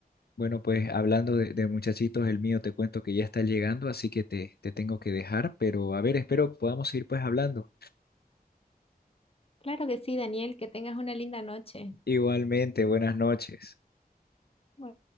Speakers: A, on the left; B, on the left.
A: bueno, pues hablando de, de muchachitos, el mío te cuento que ya está llegando, así que te, te tengo que dejar, pero a ver, espero podamos seguir pues hablando.
B: Claro que sí, Daniel, que tengas una linda noche.
A: Igualmente, buenas noches.
B: Bueno,